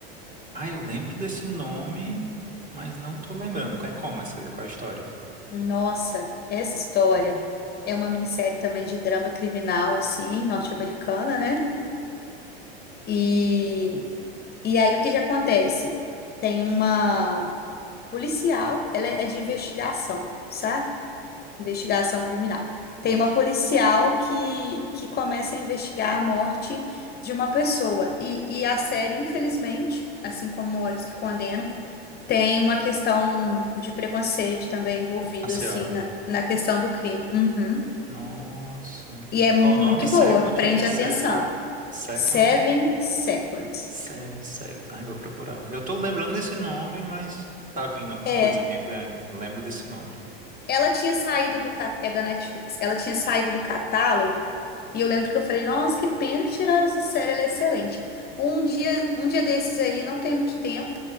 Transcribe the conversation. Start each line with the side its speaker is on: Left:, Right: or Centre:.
Right: Ah, eu lembro desse nome, mas não tô lembrando. É como essa? Qual é a história?
Left: Nossa, essa história é uma minissérie também de drama criminal, assim, norte-americana, né? E, e aí o que que acontece? Tem uma policial, ela é de investigação, sabe? Investigação criminal. Tem
Right: Gosto.
Left: uma policial que, que começa a investigar a morte de uma pessoa. E, e a série, infelizmente, assim como Olhos que Condenam, tem uma questão de preconceito também envolvido,
Right: Racial.
Left: assim, na, na questão do crime. Uhum.
Right: Nossa.
Left: E é muito
Right: Qual o nome? Second?
Left: boa, prende
Right: O quê? Se
Left: atenção.
Right: Second?
Left: Seven Seconds.
Right: Seven Seconds. Ai, vou procurar. Eu tô lembrando desse nome, mas tá vindo alguma
Left: É.
Right: coisa assim. Eu falei, ai, lembro desse nome.
Left: Ela tinha saído do cat... é da Netflix. Ela tinha saído do catálogo e eu lembro que eu falei, nossa, que pena que tiraram essa série, ela é excelente. Um dia, um dia desses aí, não tem muito tempo,